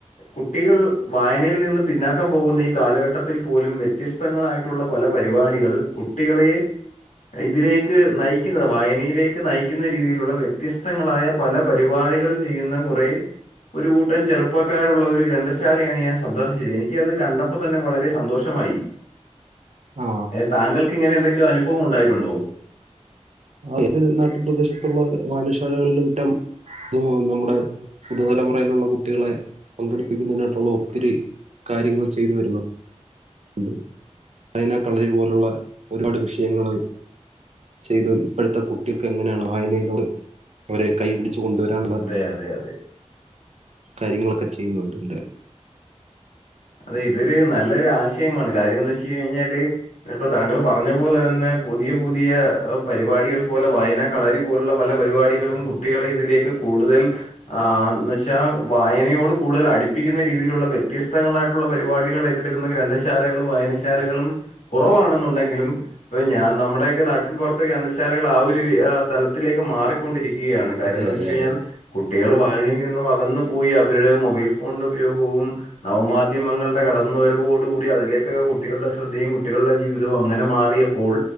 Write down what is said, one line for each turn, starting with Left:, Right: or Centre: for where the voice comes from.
Left: കുട്ടികൾ വായനയിൽ നി ന്ന് പിന്നാക്കാൻ പോകുന്ന ഈ കാലഘട്ടത്തിൽ പോലും വ്യത്യസ്തങ്ങളായിട്ടുള്ള പല പരിപാടികൾ കുട്ടികളെ ഇതിലേക്ക് നയിക്കുന്നത് വായനയിലേക്ക് നയിക്കുന്ന രീതിയിലുള്ള വ്യത്യസ്തങ്ങളായ പല പരിപാടികൾ ചെയ്യുന്ന കുറേ ഒരു കൂട്ടം ചെറുപ്പക്കാരുള്ള ഒരു ഗ്രന്ഥശാലയാണ് ഞാൻ സന്ദർശ ചത്. എനിക്ക് അത് കണ്ടപ്പോ തന്നെ വളരെ സന്തോഷമായി.
Right: ആ
Left: എ തങ്കൾക്ക് ഇങ്ങെന എന്തെങ്കിലും അനുഭവം ഉണ്ടായിട്ടുണ്ടോ?
Right: ആ എന്റെ നാട്ടിൻ പ്രദേശത്തുള്ള വായനശാലകളില റ്റം നമ്മുടെ പുതുതലമുറയിലുള്ള കുട്ടികളെ പങ്കെടുപ്പിക്കുന്നതിനായിട്ടുള്ള ഒത്തിരി കാര്യങ്ങൾ ചെയ്തു വരുന്നു. ഉണ്ട്. അതിനായിട്ടുള്ള ഇത് പോലുള്ള ഒരുപാട് വിഷയങ്ങൾ ചെയ്തു, ഇപ്പോഴത്തെ കുട്ടിക്ക് എങ്ങനെയാണ് വായനയിലൂടെ അവരെ കൈപിടിച്ച കൊണ്ടുവരാനുള്ള
Left: അതെ അതെ അതെ
Right: കാര്യങ്ങളൊക്കെ ചെയ്യുന്നുണ്ട് എന്താലും.
Left: അതെ, ഇതൊരു നല്ലൊരു ആശയമാണ്. കാര്യംന്ന് വെച്ച കഴിഞ്ഞാൽ താങ്കൾ പറഞ്ഞ പോലെ തന്നെ പുതിയ പുതിയ പരിപാടികൾ പോലെ വായന കളരി പോലുള്ള പല പരിപാടികളും കുട്ടികളെ ഇതിലേക്ക് കൂടുതൽ ആൻ നഷ് വായനയോട് കൂടുതൽ അടുപ്പിക്കുന്ന രീതിയിലുള്ള വ്യത്യസ്തങ്ങളായിട്ടുള്ള പരിപാടികൾ ഏറ്റെടുക്കുന്ന ഗ്രന്ഥശാലകളും വായനശാലകളും കുറവാണ് ണ്ടെങ്കിലും ഞാൻ നമ്മുടെൊക്കെ നാട്ടി പുറത്ത ഗ്രന്ഥശാലകൾ ആ ഒരു തലത്തിലേക്ക് മാറി കൊണ്ടിരിക്കുകയാണ് കാര്യം
Right: അതെ
Left: എന്ന്
Right: അതെ
Left: വെച്ച് കഴിഞ്ഞാൽ
Right: അതെ
Left: കുട്ടികൾ വായനയിൽ നിന്ന് അകന്ന് പോയി അവരുടെ മൊബൈൽ ഫോണിന്റെ ഉപയോഗവും നവമാധ്യമങ്ങളുടെ കടന്നുരവോടൂകൂടി അതിലേക്ക് ക്കെക്കെ കുട്ടികളുടെ ശ്രദ്ധയും കുട്ടികളുടെ ജീവിതവും അങ്ങനെ മാറിയപ്പോൾ